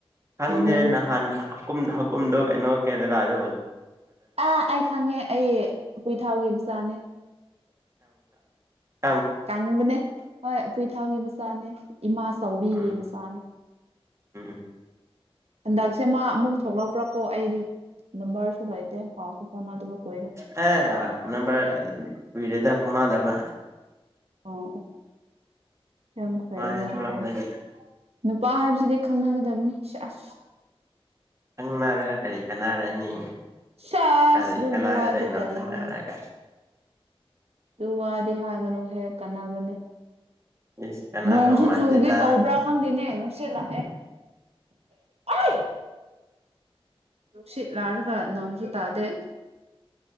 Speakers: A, on the right; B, on the right.
A: ꯈꯪꯗꯦ
B: ꯃꯃꯤꯡ
A: ꯅꯍꯥꯟ ꯍꯥꯀꯨꯝ ꯍꯥꯀꯨꯝꯗꯣ ꯀꯩꯅꯣ ꯀꯦꯔꯂꯥꯗ
B: ꯑꯥ ꯑꯩ ꯈꯪꯉꯦ ꯑꯩ ꯎꯄꯨꯏ ꯊꯥꯎꯒꯤ ꯃꯆꯥꯅꯦ
A: ꯍ
B: ꯇꯥꯡꯕꯅꯦ ꯍꯣꯏ ꯎꯄꯨꯏ ꯊꯥꯎꯒꯤ ꯃꯆꯥꯅꯦ ꯏꯃꯥ ꯆꯥꯎꯕꯤꯒꯤ
A: ꯎꯝ
B: ꯃꯆꯥꯅꯦ
A: ꯎꯝ
B: ꯍꯟꯗꯛ ꯁꯦ ꯃꯥ ꯑꯃꯨꯛ ꯊꯣꯛꯂꯛꯄ꯭ꯔꯀꯣ ꯑꯩꯗꯤ ꯅꯝꯕꯔꯁꯨ ꯂꯩꯇꯦ ꯄꯥꯎꯁꯨ ꯐꯥꯎꯅꯗꯕ ꯀꯨꯏꯔꯦ
A: ꯍꯦ ꯅꯝꯕꯔ ꯀꯨꯏꯔꯦꯗ ꯐꯥꯎꯅꯗꯕ
B: ꯑꯣ ꯑꯣ ꯌꯥꯝ ꯐꯩ
A: ꯃꯥ ꯍꯦꯛ
B: ꯌꯥꯝ
A: ꯊꯣꯛꯂꯛꯄꯗꯒꯤ
B: ꯐꯩ ꯅꯨꯄꯥ ꯍꯥꯏꯕꯁꯤꯗꯤ ꯈꯪꯅꯒꯗꯕꯅꯤ ꯁꯦꯁ
A: ꯈꯪꯅꯔꯒ ꯀꯔꯤ ꯀꯥꯟꯅꯔꯅꯤ
B: ꯁꯦꯁ
A: ꯀꯔꯤ
B: ꯑꯗꯨꯒꯨꯝꯕ
A: ꯀꯅꯥꯒꯗꯣꯏꯅꯣ
B: ꯋꯥꯗꯤ ꯀꯔꯤꯅ
A: ꯈꯪꯅꯔꯒ
B: ꯑꯗꯨ ꯋꯥꯗꯤ ꯍꯥꯏꯒꯅꯨꯍꯦ ꯀꯥꯟꯅꯕꯅꯦ
A: ꯏꯁ ꯀꯅꯥꯗꯧ
B: ꯅꯣꯡꯁꯨ
A: ꯃꯥꯟꯗꯦꯗ
B: ꯆꯨꯒꯦ ꯇꯧꯕ꯭ꯔꯥ ꯈꯪꯗꯦꯅꯦ ꯁꯤꯂ ꯑꯦ ꯅꯨꯡꯁꯤꯠ ꯂꯥꯔꯒ ꯅꯣꯡꯁꯨ ꯇꯥꯗꯦ